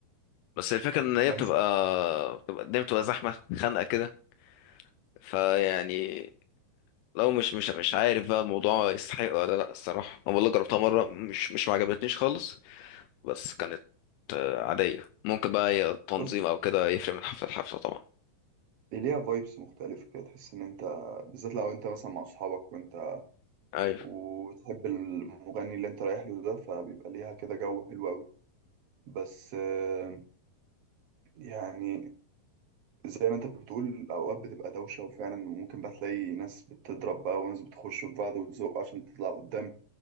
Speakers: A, on the left; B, on the right.
A: بس الفكرة ان هي
B: بحس
A: بتبقى بتبقى الدنيا بتبقى زحمة خانقة كده فيعني لو مش مش مش عارف بقى الموضوع يستحق ولا لا الصراحة انا والله جربتها مرة مش مش ما عجبتنيش خالص بس كانت آه، عادية ممكن بقى هي التنظيم
B: بص
A: او كده يفرق من حفلة لحفلة طبعا
B: ليها فايبس مختلفة كده تحس إن أنت بالذات لو أنت مثلا مع أصحابك وأنت
A: ايوه
B: وبتحب المغني اللي أنت رايح له ده فبيبقى ليها كده جو حلو أوي بس آه، يعني زي ما أنت بتقول أوقات بتبقى دوشة وفعلا ممكن بقى تلاقي ناس بتضرب بقى وناس بتخش في بعض وتزق عشان تطلع قدام